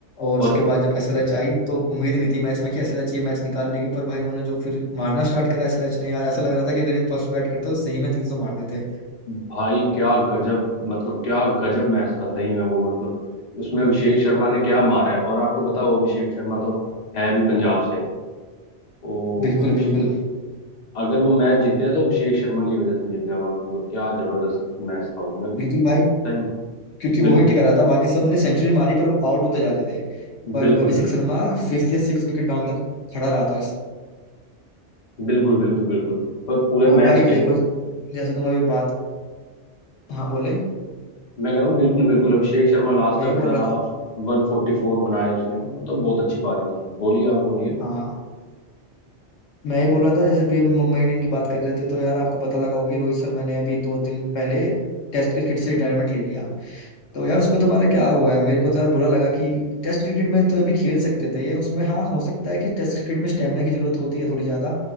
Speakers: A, on the left; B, on the left.
A: और उसके
B: और
A: बाद जब एसएलएच आई तो उम्मीद नहीं थी मैच में कि एसएलएच ये मैच निकाल लेगी पर भाई उन्होंने जो फिर मारना स्टार्ट करा एसएलएच ने यार ऐसा लग रहा था कि अगर ये फर्स्ट बैट करते तो सही में तीन सौ मार देते
B: भाई क्या गजब मतलब क्या गजब मैच था सही में वो मतलब उसमें अभिषेक
A: भाई
B: शर्मा ने क्या मारा है और आपको पता हो अभिषेक शर्मा तो है भी पंजाब से ओ
A: बिल्कुल
B: अभिषेक
A: बिल्कुल
B: अगर वो मैच जीते हैं तो अभिषेक शर्मा की वजह से जीते हैं उन्होंने मतलब क्या जबरदस्त मैच था वो मैं
A: बिल्कुल भाई
B: सही
A: क्योंकि
B: बिल,
A: वो ही टिका रहा था बाकी सब ने सेंचुरी मारी पर वो आउट होते जा रहे थे पर
B: बिल्कुल
A: अभिषेक
B: बिल्कुल
A: शर्मा फिफ्थ या सिक्स विकेट डाउन तक खड़ा रहा था
B: बिल्कुल बिल्कुल बिल्कुल पर पूरे
A: और
B: मैच
A: भाई
B: खेल
A: देखो जैसे तुम अभी बात हाँ बोले
B: मैं कह रहा हूँ बिल्कुल बिल्कुल अभिषेक शर्मा लास्ट
A: मैं
B: तक
A: ये
B: खड़ा
A: बोल
B: रहा
A: रहा था
B: उस 144 बनाए उसने मतलब बहुत अच्छी पारी थी बोलिए आप बोलिए
A: हाँ हाँ हाँ। मैं ये बोल रहा था जैसे अभी हम मुंबई इंडियन की बात कर रहे थे तो यार आपको पता लगा होगा कि रोहित शर्मा ने अभी दो दिन पहले टेस्ट क्रिकेट से रिटायरमेंट ले लिया तो यार उसमें तुम्हारा क्या हुआ है मेरे को तो यार बुरा लगा कि टेस्ट क्रिकेट में तो अभी खेल सकते थे ये उसमें हाँ हो सकता है कि टेस्ट क्रिकेट में स्टेमिना की जरूरत होती है थोड़ी ज्यादा